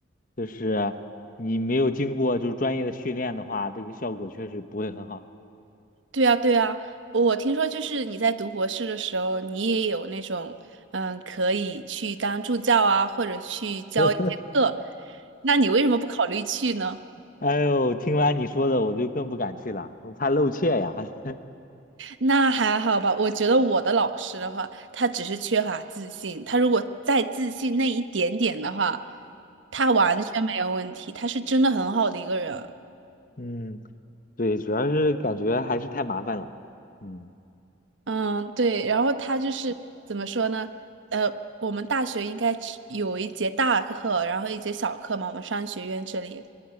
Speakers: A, on the left (about 45°); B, on the right (about 75°).
A: 就是你没有经过就是专业的训练的话，这个效果确实不会很好
B: 对呀，对呀，我听说就是你在读博士的时候，你也有那种，嗯，可以去当助教啊，或者去教一些课，
A: <laughs>。
B: 那你为什么不考虑去呢？
A: 哎呦，听完你说的，我就更不敢去了，我怕露怯呀。
B: 那还好吧，我觉得我的老师的话，他只是缺乏自信。他如果再自信那一点点的话，他完全没有问题。他是真的很好的一个人。
A: <laughs> 嗯，对，主要是感觉还是太麻烦了。嗯。
B: 嗯，对。然后他就是怎么说呢？呃，我们大学应该只有一节大课，然后一节小课嘛。我们商学院这里，